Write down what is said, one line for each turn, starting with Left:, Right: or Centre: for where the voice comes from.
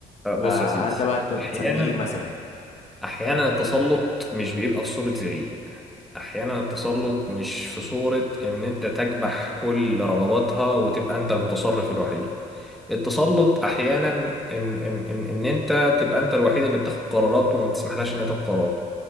Centre: أه، بص
Left: فهل
Centre: يا سيدي
Left: ده بقى أنت بتسميه
Centre: احيانا
Left: إيه مثلا
Centre: احيانا التسلط مش بيبقى في صوره زعيق احيانا التسلط مش في صورة ان انت تكبح كل رغباتها وتبقى انت المتصرف الوحيد التسلط احيانا ان ان ان, إن انت تبقى انت الوحيد اللي بتاخد قرارات وما بتسمحلهاش ان هي تاخد قرار